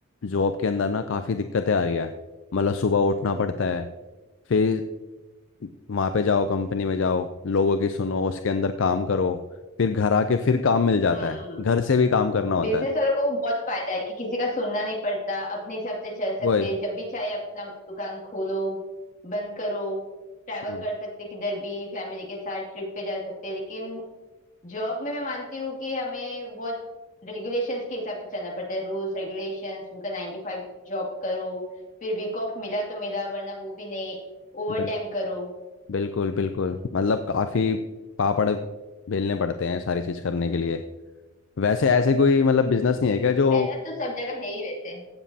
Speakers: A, on the left; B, on the left.
A: जॉब के अंदर ना काफ़ी दिक्कतें आ रही है मतलब सुबह उठना पड़ता है फिर वहाँ पे जाओ कंपनी में जाओ लोगों की सुनो उसके अंदर काम करो फिर घर आके फिर काम मिल जाता
B: हम्म
A: है घर से भी काम करना होता
B: बिजनेस
A: है
B: वालों को बहुत फायदा है कि किसी का सुनना नहीं पड़ता अपने हिसाब से चल सकते
A: वही
B: हैं। जब भी चाहे अपना दुकान खोलो बंद करो ट्रैवल
A: हम्म,
B: कर सकते किधर भी फैमिली के साथ ट्रिप पे जा सकते हैं लेकिन जॉब में मैं मानती हूँ कि हमें बहुत रेगुलेशंस के हिसाब से चलना पड़ता है रूल्स रेगुलेशंस उनका नाइन to फाइव जॉब करो फिर वीक ऑफ मिला तो मिला वरना वो भी नहीं ओवर
A: बिल,
B: टाइम करो
A: बिल्कुल बिल्कुल मतलब काफ़ी पापड़ बेलने पड़ते हैं सारी चीज़ करने के लिए वैसे ऐसे कोई मतलब बिजनेस नहीं है क्या जो
B: मेहनत तो सब जगह है ही वैसे